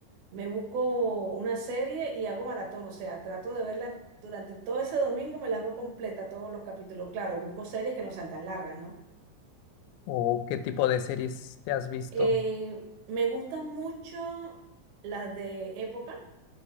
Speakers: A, on the right; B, on the left.
A: me busco una serie y hago maratón. O sea, trato de verla durante todo ese domingo, me la veo completa, todos los capítulos. Claro, busco series que no sean tan largas, ¿no?
B: ¿O qué tipo de series te has visto?
A: Eh, me gustan mucho las de época.